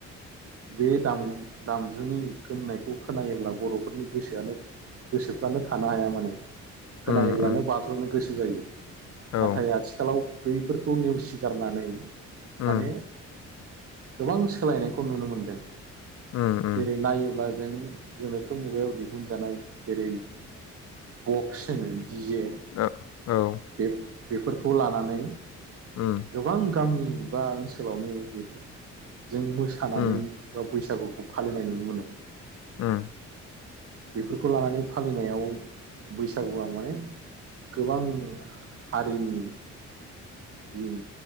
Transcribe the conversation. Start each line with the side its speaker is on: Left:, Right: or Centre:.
Right: बे दाम दामजुनि गोमनायखौ खोनायोब्ला बर'फोरनि गोसोआनो गोसोफ्रानो थानो हाया मानोे
Left: उम
Right: खोनाब्लानो
Left: उम
Right: बाज्र'नो गोसो जायो नाथाय
Left: औ
Right: आथिखालाव बैफोरखौ नेवसिगारनानै
Left: उम
Right: माने गोबां सोलायनायखौ नुनो मोनदों
Left: उम उम
Right: जेरै नायोब्ला जों गोनोखो मुगायाव दिहुनजानाय जेरै बक्स होनो दिजे
Left: ओ औ
Right: बे बेफोरखौ लानानै
Left: उम
Right: गोबां गामि बा ओनसोलावनो बेफोर जों मोसानानै
Left: उम
Right: बा बैसागुखौ फालिनाय नुनो मोनो
Left: उम
Right: बेफोरखौ लानानै फालिनायाव बैसागुआ माने गोबां हारिनि जिन